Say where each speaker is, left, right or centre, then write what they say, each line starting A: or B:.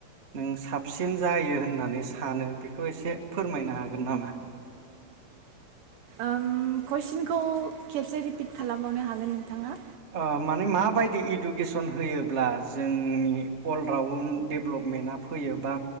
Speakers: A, on the right; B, on the right.
A: नों साबसिन जायो होननानै सानो बेखौ एसे फोरमायनो हागोन नामा?
B: उम कुइसनखौ खेबसे रिपिट खालामबावनो हागोन नोंथाङा।
A: ओ माने माबायदि इडुकेसन होयोब्ला जोंनि अलराउन्ड डेभेलपमेन्टआ फैयो बा